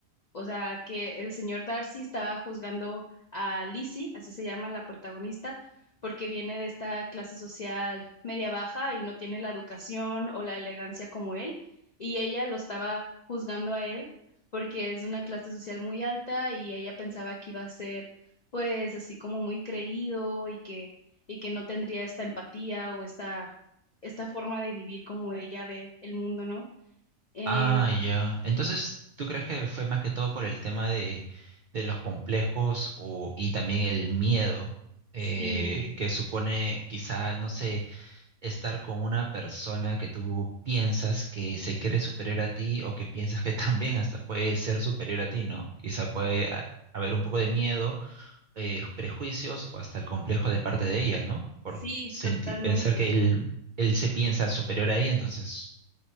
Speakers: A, on the left (about 65°); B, on the right (about 70°).
A: o sea, que el señor Darcy estaba juzgando a Lizzie, así se llama la protagonista, porque viene de esta clase social media baja y no tiene la educación o la elegancia como él, y ella lo estaba juzgando a él porque es de una clase social muy alta y ella pensaba que iba a ser pues así como muy creído y que y que no tendría esta empatía o esta esta forma de vivir como ella ve el mundo, ¿no? En,
B: Ah, ya. Entonces, ¿tú crees que fue más que todo por el tema de, de los complejos o, y también el miedo eh,
A: sí,
B: que supone quizá, no sé, estar con una persona que tú piensas que se cree superior a ti o que piensas que <laughs> también hasta puede ser superior a ti, ¿no? Quizá puede ha- haber un poco de miedo, eh, prejuicios o hasta el complejo de parte de ella, ¿no? Por
A: Sí,
B: senti-
A: totalmente.
B: pensar que él, él se piensa superior a ella, entonces,